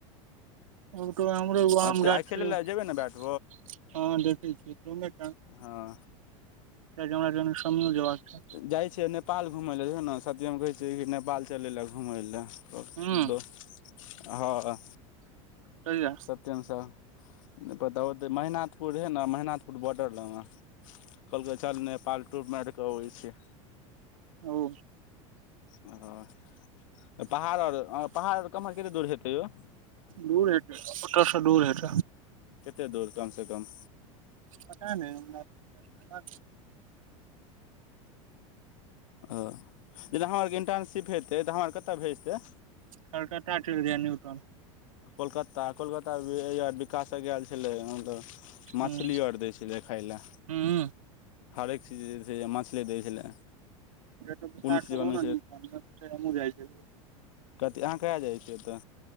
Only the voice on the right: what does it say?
ओकर आम रहै एगो आम
गाछी
मे
छै
ह देखे छ
हमरा कनि समयो जेबाक छै
हूँ
कहिया
ओ
दूर हेत ओत स दूर हेत
पता नय हमरा
कलकाता चल जहिए न त न्यूटाॅन
हूँ
हूँ
त विकास
सो रहो
ने ने न हमहु जाइ छै